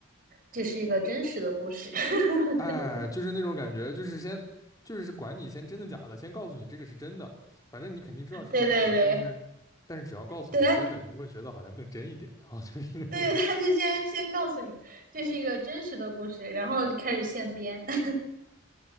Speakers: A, on the right; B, on the left.
A: 这是一个真实的故事。<laughs>
B: 哎，就是那种感觉，就是先就是管你先真的假的，先告诉你这个是真的，反正你肯定知道是假的，
A: 对对对，
B: 但是但是只要告诉你是真的，
A: 对他
B: 你就会觉得好像更真一点啊，就是
A: 对他就先先告诉你这是一个真实的故事，然后就开始现编。<laughs>